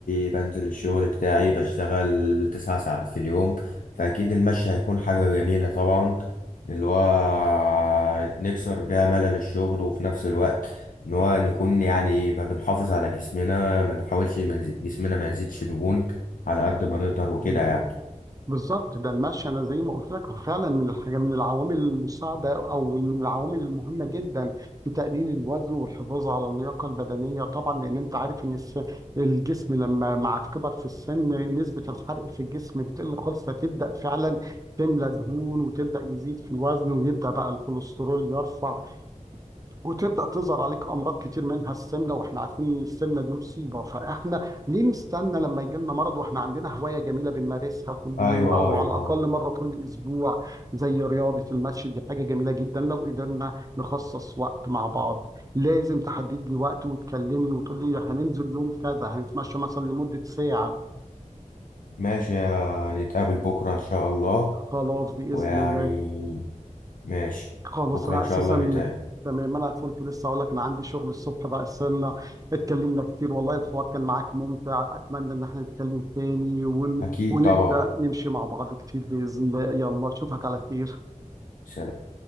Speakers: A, on the left; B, on the right.
A: بنزل الشغل بتاعي بشتغل تسع ساعات في اليوم فاكيد المشي هيكون حاجة جميلة طبعا اللي هو نكسر بيها ملل الشغل وفي نفس الوقت ان هو نكون يعني ما بنحافظ على جسمنا ما نحاولش ما يزي- جسمنا ما يزيدش دهون على قد ما نقدر وكده
B: بالظبط
A: يعني
B: بالظبط ده المشي انا زي ما قلت لك فعلا من الحاجه من العوامل المساعده او من العوامل المهمه جدا في تقليل الوزن والحفاظ على اللياقه البدنيه طبعا لان انت عارف ان الس- الجسم لما مع الكبر في السن نسبه الحرق في الجسم بتقل خالص فتبدا فعلا تملى دهون وتبدا يزيد في الوزن ويبدا بقى الكوليسترول يرفع وتبدأ تظهر عليك أمراض كتير منها السمنة وإحنا عارفين إن السمنة دي مصيبة فإحنا ليه نستنى لما يجي لنا مرض وإحنا عندنا هواية جميلة بنمارسها كل
A: ايوه
B: يوم أو
A: ايوه
B: على الأقل مرة كل أسبوع زي رياضة المشي دي حاجة جميلة جدا لو قدرنا نخصص وقت مع بعض لازم تحدد لي وقت وتكلمني وتقول لي هننزل يوم كذا هنتمشى مثلا لمدة ساعة
A: ماشي يا- نتقابل بكرة ان شاء الله
B: خلاص بإذن
A: ويعني
B: الله
A: ماشي
B: خلاص
A: بكرة
B: انا
A: إن شاء
B: اساسا
A: الله نتقابل
B: تمام انا كنت لسه اقول لك انا عندي شغل الصبح بقى استنى اتكلمنا كتير والله الحوار كان معاك ممتع اتمنى ان احنا نتكلم تاني ون...
A: أكيد
B: ونبدأ
A: طبعا
B: نمشي مع بعض كتير بإذن الله يلا اشوفك على خير
A: سلام